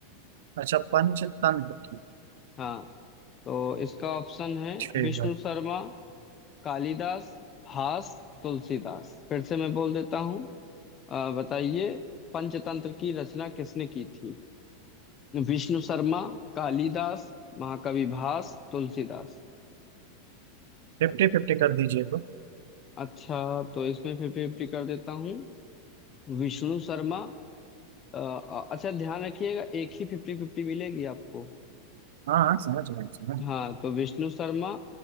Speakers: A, on the right; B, on the left.
A: अच्छा पंचतंत्र की
B: हाँ तो इसका ऑप्शन है
A: ठीक
B: विष्णु
A: है
B: शर्मा कालिदास भास तुलसीदास फिर से मैं बोल देता हूँ अ, बताइए पंचतंत्र की रचना किसने की थी विष्णु शर्मा कालिदास महाकवि भास तुलसीदास
A: फिफ्टी फिफ्टी कर दीजिए तो
B: अच्छा तो इसमें फिफ्टी फिफ्टी कर देता हूँ विष्णु शर्मा अ, अ, अच्छा ध्यान रखिएगा एक ही फिफ्टी फिफ्टी मिलेगी आपको
A: हाँ हाँ समझ गए समझ गए
B: हाँ तो विष्णु शर्मा